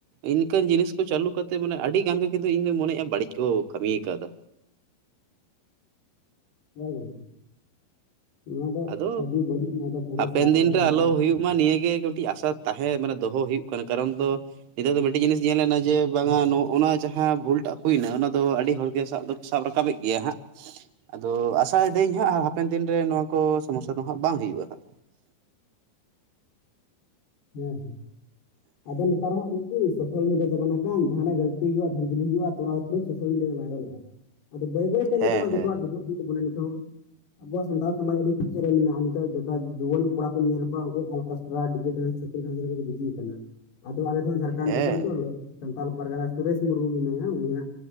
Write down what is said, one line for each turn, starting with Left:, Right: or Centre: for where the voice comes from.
Right: ᱤᱱᱠᱟᱱ ᱡᱤᱱᱤᱥ ᱠᱚ ᱪᱟᱹᱞᱩ ᱠᱟᱛᱮᱫ ᱢᱟᱱᱮ ᱟᱹᱰᱤ ᱜᱟᱱ ᱜᱮ ᱠᱤᱱᱛᱩ ᱤᱧ ᱫᱚᱧ ᱢᱚᱱᱮᱜ-ᱟ ᱵᱟᱹᱲᱤᱡ ᱠᱚ ᱠᱟᱹᱢᱤ ᱠᱟᱫᱟ᱾
Left: <unintelligible> ᱱᱚᱣᱟ ᱫᱚ
Right: ᱟᱫᱚ
Left: ᱟᱹᱰᱤ ᱵᱟᱹᱲᱤᱡ ᱱᱚᱣᱟ ᱫᱚ ᱯᱩᱨᱟᱹ
Right: ᱦᱟᱯᱮᱱ
Left: ᱥᱟᱨ
Right: ᱫᱤᱱ
Left: ᱥᱟᱨ
Right: ᱨᱮ
Left: ᱢᱮᱱ
Right: ᱟᱞᱚ
Left: ᱠᱟᱛᱮ᱾
Right: ᱦᱩᱭᱩᱜ ᱢᱟ ᱱᱤᱭᱟᱹ ᱜᱮ ᱠᱟᱹᱴᱤᱡ ᱟᱥᱟ ᱛᱟᱦᱮᱸ ᱢᱟᱱᱮ ᱫᱚᱦᱚ ᱦᱩᱭᱩᱜ ᱠᱟᱱᱟ ᱠᱟᱨᱚᱱ ᱫᱚ ᱱᱤᱛᱟᱨ ᱫᱚ ᱢᱤᱫᱴᱤᱡ ᱡᱤᱱᱤᱥ ᱧᱮᱞᱱᱟ ᱡᱮ ᱵᱟᱝᱟ ᱱᱚᱜᱱᱟ ᱡᱟᱦᱟᱸ ᱵᱷᱩᱞ ᱴᱟᱜ ᱦᱩᱭᱱᱟ ᱚᱱᱟ ᱫᱚ ᱟᱹᱰᱤ ᱦᱚᱲ ᱜᱮ ᱥᱟᱵ ᱫᱚ ᱥᱟᱵ ᱨᱟᱠᱟᱵ ᱮᱫ ᱜᱮᱭᱟ ᱦᱟᱸᱜ ᱟᱫᱚ ᱟᱥᱟᱭ ᱫᱟᱹᱧ ᱦᱟᱸᱜ ᱦᱟᱯᱮᱱ ᱫᱤᱱ ᱨᱮ ᱱᱚᱣᱟ ᱠᱚ ᱥᱚᱢᱚᱥᱟ ᱫᱚ ᱦᱟᱸᱜ ᱵᱟᱝ ᱦᱩᱭᱩᱜ-ᱟ ᱦᱟᱜ᱾
Left: ᱦᱮᱸ ᱦᱮᱸ ᱟᱫᱚ ᱱᱮᱛᱟᱨ ᱦᱚᱸ ᱦᱟᱸᱜ ᱥᱳᱥᱟᱞ ᱢᱤᱰᱤᱭᱟ ᱡᱟᱵᱱᱟ ᱠᱷᱚᱱ ᱡᱟᱦᱟᱸ ᱱᱟᱜ ᱜᱟᱹᱞᱛᱤ ᱦᱩᱭᱩᱜ-ᱟ ᱡᱷᱟᱱ ᱡᱷᱟᱱᱤ ᱦᱩᱭᱩᱜ-ᱟ ᱛᱚ ᱚᱱᱟ ᱫᱚ ᱛᱩᱨᱩᱛ ᱥᱳᱥᱟᱞ ᱢᱤᱰᱤᱭᱟ ᱫᱚ ᱵᱷᱟᱭᱨᱟᱞᱚᱜ-ᱟ᱾ ᱟᱫᱚ ᱵᱟᱹᱭ ᱵᱟᱹᱭᱛᱮ ᱱᱮᱛᱟᱨ
Right: ᱦᱮᱸ
Left: ᱦᱟᱸᱜ ᱡᱚᱛᱚᱣᱟᱜ
Right: ᱦᱮᱸ
Left: ᱰᱮᱵᱞᱳᱵ ᱦᱩᱭᱩᱜ ᱛᱟᱵᱚᱱᱟ ᱱᱤᱛ ᱦᱚᱸ ᱟᱵᱚᱣᱟᱜ ᱥᱟᱱᱛᱟᱞ ᱥᱚᱢᱟᱡᱽ ᱟᱹᱰᱤ ᱯᱤᱪᱷᱟᱹ ᱨᱮ ᱢᱮᱱᱟᱜ-ᱟ ᱱᱤᱛᱚᱜ ᱡᱚᱫᱷᱟ ᱡᱩᱣᱟᱹᱱ ᱠᱚᱲᱟ ᱠᱚᱧ ᱧᱮᱞ ᱠᱚᱣᱟ ᱩᱱᱠᱩ ᱟᱞᱠᱟᱥᱴᱨᱟ ᱰᱤᱡᱮ ᱰᱮᱥ ᱰᱮᱱᱥ ᱪᱟᱹᱠᱨᱤ ᱦᱟᱛ ᱨᱮᱠᱚ ᱵᱤᱡᱤ ᱟᱠᱟᱱᱟ᱾ ᱟᱫᱚ ᱟᱞᱮ ᱫᱚ ᱡᱷᱟᱲᱠᱷᱟᱸᱰ
Right: ᱦᱮᱸ
Left: ᱫᱤᱥᱚᱢ ᱛᱚ ᱥᱟᱱᱛᱟᱞ ᱯᱟᱨᱜᱟᱱᱟ ᱥᱩᱨᱮᱥ ᱢᱩᱨᱢᱩ ᱢᱮᱱᱟᱭᱟ ᱩᱱᱤᱭᱟᱜ